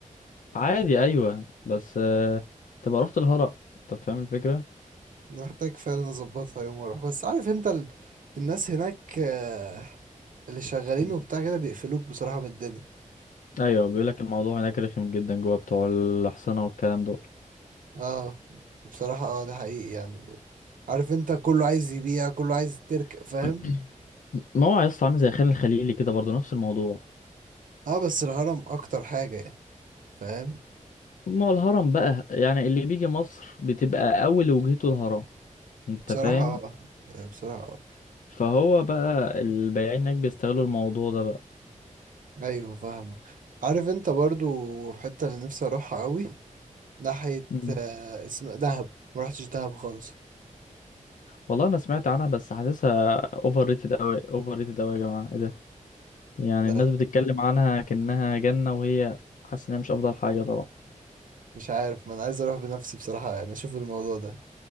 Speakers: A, on the left; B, on the right.
A: عادي ايوه بس آه، تبقى رحت الهرم انت فاهم الفكره
B: محتاج فعلا اظبطها يوم واروح بس عارف انت ال... الناس هناك آه، اللي شغالين
A: مم.
B: وبتاع كده بيقفلوك بصراحه من الدنيا
A: ايوه بيقول لك الموضوع هناك رخم جدا جوه بتوع الاحصنه والكلام دول
B: اه بصراحه اه ده حقيقي يعني عارف انت كله عايز يبيع كله عايز ترك
A: <clears throat>
B: فاهم
A: ما هو يا اسطى عامل زي خان الخليلي كده برضه نفس الموضوع
B: اه بس الهرم اكتر حاجه يعني فاهم
A: ما هو الهرم بقى يعني اللي بيجي مصر بتبقى اول وجهته الهرم انت
B: بصراحه
A: فاهم
B: اه يعني بصراحه آه.
A: فهو بقى البياعين هناك بيستغلوا الموضوع ده بقى
B: ايوه فاهمك عارف انت برضو الحته اللي نفسي اروحها قوي ناحيه
A: مم.
B: آه، اسم دهب ما رحتش دهب خالص
A: والله انا سمعت عنها بس حاسسها اوفر ريتد اوي اوفر ريتد اوي يا جماعه ايه ده يعني
B: لا
A: الناس بتتكلم عنها كأنها جنه وهي حاسس انها مش افضل حاجه طبعا
B: مش عارف ما انا عايز اروح بنفسي بصراحه يعني اشوف الموضوع ده